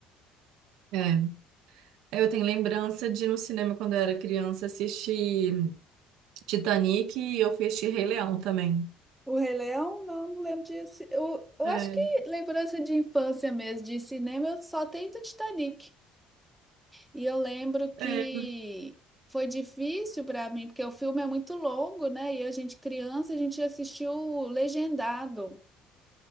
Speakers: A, on the right; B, in the centre.
A: é. Eu tenho lembrança de ir no cinema quando eu era criança assistir Titanic e eu fui assistir Rei Leão também.
B: O Rei Leão, não, não lembro disso. Eu, eu
A: É.
B: acho que lembrança de infância mesmo de cinema eu só tenho do Titanic. E eu lembro que
A: É.
B: foi difícil para mim, porque o filme é muito longo, né? E a gente criança, a gente assistiu legendado,